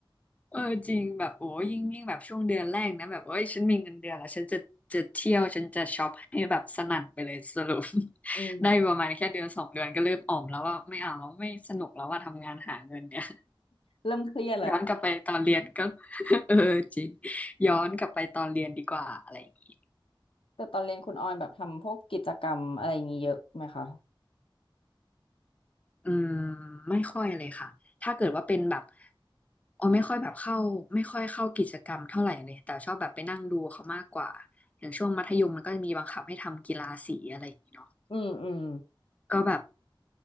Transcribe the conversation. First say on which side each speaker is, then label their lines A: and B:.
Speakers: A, on the left (about 15°); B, on the left (about 85°).
A: เออจริงแบบโอ้ยิ่งยิ่งแบบช่วงเดือนแรกนะแบบเอ้ยฉันมีเงินเดือนแล้วฉันจะจะเที่ยวฉันจะช็อปให้แบบสนั่นไปเลยสรุป <laughs>
B: อืม
A: ได้ประมาณแค่เดือนสองเดือนก็เริ่มอ่อมแล้วว่าไม่เอาแล้วไม่สนุกแล้วว่าทำงานหาเงินเนี่ย
B: เริ่มเครียดละ
A: <laughs> ย้อนกลับไปตอนเรียนก็ <laughs> เออจริงย้อนกลับไปตอนเรียนดีกว่าอะไรอย่างงี้
B: แต่ตอนเรียนคุณออยแบบทำพวกกิจกรรมอะไรอย่างงี้เยอะไหมคะ
A: อืมไม่ค่อยเลยค่ะถ้าเกิดว่าเป็นแบบอ๋อไม่ค่อยแบบเข้าไม่ค่อยเข้ากิจกรรมเท่าไหร่เลยแต่ชอบแบบไปนั่งดูเขามากกว่าอย่างช่วงมัธยมมันก็จะมีบังคับให้ทำกีฬาสีอะไรอย่างนี้เนาะ
B: อืมอืม
A: ก็แบบ